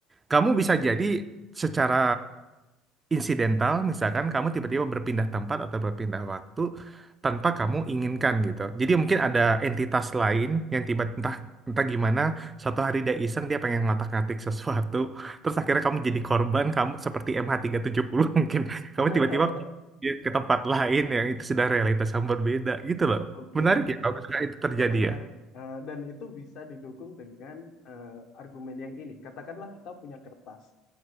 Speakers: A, on the right; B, on the left.
A: Kamu bisa jadi secara insidental misalkan kamu tiba-tiba berpindah tempat atau berpindah waktu tanpa kamu inginkan gitu. Jadi mungkin ada entitas lain yang tiba entah entah gimana suatu hari dia iseng dia pengen ngotak-ngatik sesuatu terus akhirnya kamu jadi korban kamu seperti MH370 mungkin <laughs> kamu
B: <laughs>
A: tiba-tiba pindah ke tempat lain yang itu sudah realitas yang berbeda gitu loh.
B: Oke,
A: Menarik
B: oke.
A: ya kalau misalkan itu terjadi
B: Itu menarik.
A: ya.
B: Eh, dan itu bisa didukung dengan eh, argumen yang ini. Katakanlah kita punya kertas,